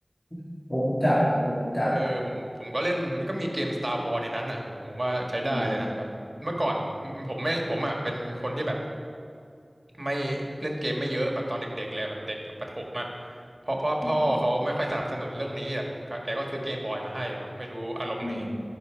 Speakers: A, on the left; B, on the right.
A: <laughs> ผมจัดผมจัด
B: เออผมผมก็เล่นมันก็มีเกม Star Wars ในนั้นอะโหผมว่าใช้ได้เลยนะแบบเมื่อก่อน
A: อืม
B: ผมไม่ผมอะเป็นคนที่แบบ ไม่เล่นเกมไม่เยอะแบบตอนเด็กๆเลยแบบเด็กแบบประถมอะเพราะพ่อพ่อเขาไม่ค่อยสนับสนุนเรื่องนี้แบบแกก็ซื้อเกมบอยมาให้อะเนาะไม่รู้อารมณ์ไหน
A: อืมอืม